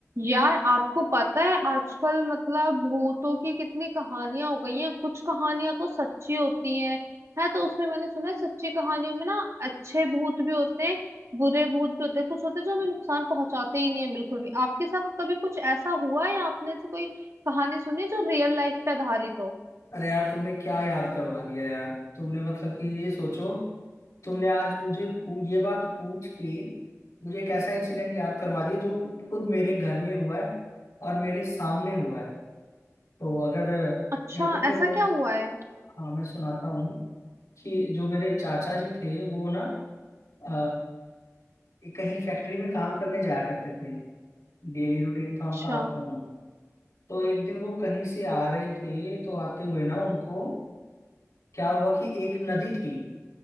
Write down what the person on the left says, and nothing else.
अरे यार तुमने क्या याद करवा दिया यार तुमने मतलब कि ये सोचो तुमने आज मुझे पू- ये बात पूछ के मुझे एक ऐसा इंसिडेंट याद करवा दिया जो खुद मेरे घर में हुआ है और मेरे सामने हुआ है तो अगर
मैं तुम्हें
वो
हाँ मैं सुनाता हूँ कि जो मेरे चाचा जी थे वो ना अ, कहीं फैक्ट्री में काम करने जाया करते थे डेली रूटीन था उनका
अप डाउन तो एक दिन वो कहीं से आ रहे थे तो आते हुए ना उनको क्या हुआ कि एक नदी थी